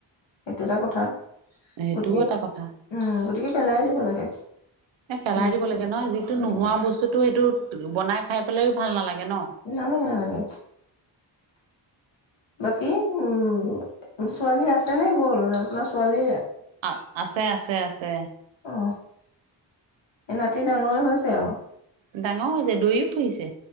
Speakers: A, on the left; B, on the right.
A: এইটো এটা কথা।
B: সেইটোও
A: গতিকে
B: এটা কথা
A: উম গতিকে পেলাই দিব লাগে
B: এ পেলাই
A: উম
B: দিব লাগে ন যিটো
A: উম
B: নোহোৱা বস্তুতটো সেইটো বনাই খাই পেলাইও ভাল নালাগে ন
A: নালাগে‌ নালাগে বাকী উম ছোৱালী আছে নে গ'ল আপোনাৰ ছোৱালীয়ে
B: আ আছে আছে আছে
A: অ এ নাতি ডাঙৰে হৈছে আৰু
B: ডাঙৰ হৈছে দৈ ফুৰিছে